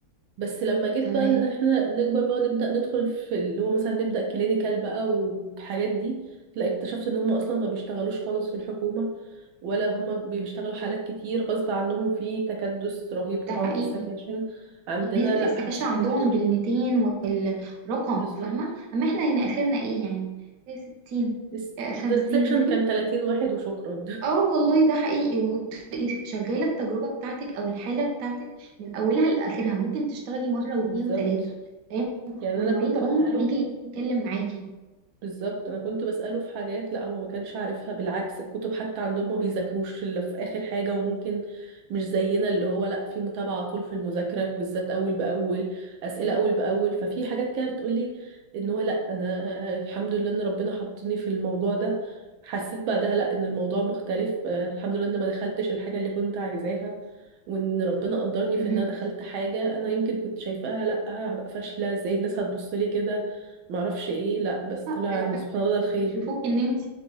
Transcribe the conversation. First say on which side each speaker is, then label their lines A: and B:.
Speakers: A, on the right (about 75°); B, on the right (about 60°).
A: بس لما جيت
B: تمام
A: بقى ان احنا نكبر بقى ونبدا ندخل في اللي هو مثلا نبدا كلينيكال بقى والحاجات دي لا اكتشفت ان هم اصلا ما بيشتغلوش خالص في الحكومه ولا هم بيشتغلوا حالات كتير غصب عنهم في تكدس رهيب
B: ده
A: طبعا
B: حقيقي
A: في السكاشن عندنا
B: في ناس في
A: لا
B: السكاشن
A: حسيت
B: عندهم
A: ان احنا مش
B: بال200
A: كده
B: والرقم
A: بالظبط
B: فاهمة اما احنا هنا اخرنا ايه يعني إيه 60
A: الس-
B: آه، 50
A: ده السكشن كان 30 واحد وشكرا <laughs>
B: اه والله ده حقيقي وتبقي شغاله التجربه بتاعتك او الحاله بتاعتك من اولها لاخرها وممكن تشتغلي مره واثنين
A: بالظبط
B: وثلاثه تمام
A: يعني
B: والمعيد
A: انا كنت
B: عمره
A: بساله
B: ما يجي يتكلم معاكي
A: بالظبط انا كنت بساله في حاجات لا هو ما كانش عارفها بالعكس الكتب حتى عندهم ما بيذاكروش الا في اخر حاجه وممكن مش زينا اللي هو لا في متابعه على طول في المذاكره بالذات اول باول اسئله اول باول ففي حاجات كده بتقولي ان هو لا انا الحمد لله ان ربنا حطني في الموضوع ده حسيت بعدها لا ان الموضوع مختلف آه، الحمد لله ان ما دخلتش الحاجه اللي كنت عايزاها وان ربنا قدرني
B: مهم.
A: في ان انا دخلت حاجه انا يمكن كنت شايفاها لا هبقى فاشله ازاي الناس هتبص لي كده معرفش ايه لا بس
B: لا،
A: طلع
B: بالعكس
A: ان سبحان الله ده الخير
B: يشوفوك ان انت